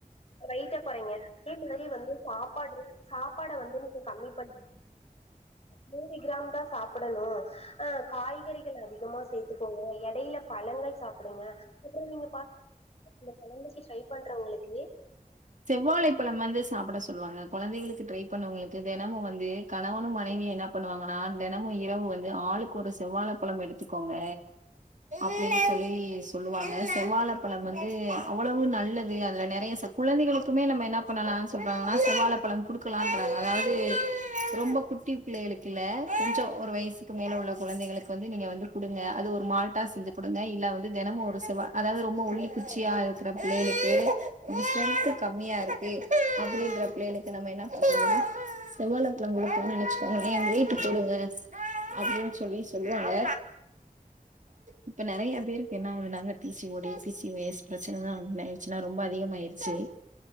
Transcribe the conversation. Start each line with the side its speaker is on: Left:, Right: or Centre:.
Left: வெயிட்ட கொறைங்க அதே மாரி வந்து சாப்பாட்ற சாப்பாட வந்து நீங்க கம்மி பண்ணி நூறு கிராம் தா சாப் பிடணு அ காய்கறிகள் அதிகமா சேத்துக்கோங்க எடையில பழங்கள் சாப்டுங்க அப்றோ நீங்க பாத் இந்த கொழந்தைக்கு ட்ரை பண்றவங்ளுக்கு
Right: செவ்வாழை பழம் வந்து சாப்பிட சொல்வாங்க கொழந்தைகளுக்கு ட்ரை பண்ணவங்ளுக்கு தெனமு வந்து கணவனு மனைவியு என்ன பண்ணுவாங்கன்னா தெனமு இரவு வந்து ஆளுக்கொரு செவ்வாழ பழம் எடுத்துக்கோங்க அப்டினு சொல்லி சொல்லுவாங்க செவ்வாழ பழம் வந்து அவ்ளவு நல்லது அதுல நெறைய சத் கொழந்தைகளுக்குமே நம்ம என்ன பண்ணலானு சொல்றாங்கனா செவ்வாழ பழம் குடுக்கலான்றாங்க அதாவது ரொம்ப கு குட்டிபிள்ளைகளுக்கில்ல கொஞ்சோ ஒரு வயசுக்கு மேல உள்ள குழந்தைங்களுக்கு வந்து நீங்க வந்து குடுங்க அது ஒரு மால்ட்டா செஞ்சு குடுங்க இல்ல வந்து தெனமு ஒரு செவ்வா அதாவது ரொம்ப ஒல்லி குச்சியா இருக்ற பிள்ளைகளுக்கு ஸ்டென்த் கம்மியாருக்கு அப்டின்ற பிள்ளைங்ளுக்கு நம்ம என்ன பண்றது செவ்வாழப்பழோ கொடுக்கோன்னு நெனச்சுக்கோங்களே வெய்ட் போடுங்க அப்டின்னு சொல்லி சொல்லுவாங்க இப்ப நெறைய பேருக்கு என்ன ஆகுதுனாங்க டிசி ஓடி பிசி ஒஸ் ப்ரச்சனதான்ச்சுன்னா ரொம்ப அதிகமாயிரு சேரி